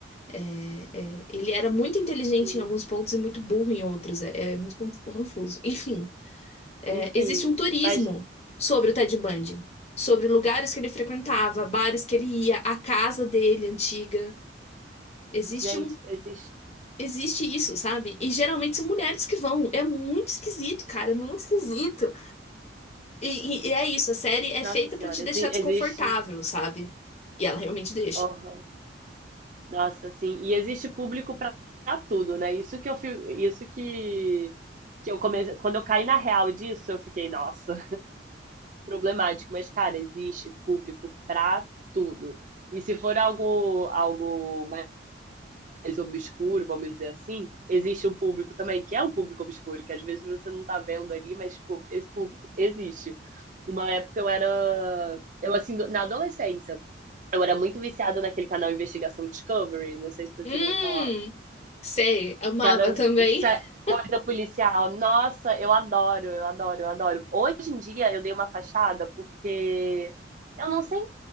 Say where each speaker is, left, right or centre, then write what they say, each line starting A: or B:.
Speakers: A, on the left (about 35°); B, on the right (about 45°).
A: é- é- ele era muito inteligente
B: assim.
A: em alguns pontos e muito burro em outros. É, é muito conf- confuso. Enfim, é,
B: Enfim,
A: existe um turismo
B: mas,
A: sobre o Ted Bundy, sobre lugares que ele frequentava, bares que ele ia, a casa dele antiga. Existe
B: gente,
A: um
B: existe.
A: Existe isso, sabe? E geralmente são mulheres que vão. É muito esquisito, cara. É muito esquisito. E, e- e é isso, a série é
B: Nossa
A: feita
B: Senhora,
A: pra te deixar
B: exi-
A: desconfortável,
B: existe.
A: sabe? E ela realmente deixa.
B: Aham. Nossa, assim, e existe público pra pra tudo, né? Isso que eu fi- isso que, que eu comecei. Quando eu caí na real disso, eu fiquei, nossa. problemático, mas, cara, existe público pra tudo. E se for algo, algo mais obscuro, vamos dizer assim, existe um público também, que é um público obscuro, que às vezes você não tá vendo ali, mas pô, esse público existe. Uma época eu era. Eu, assim, do- na adolescência, eu era muito viciada naquele canal Investigação Discovery, não sei se você
A: Hum,
B: já ouviu falar
A: sei, amava
B: que era
A: também.
B: se-
A: <laughs>
B: corrida policial. Nossa, eu adoro, eu adoro, eu adoro. Hoje em dia eu dei uma afastada porque eu não sei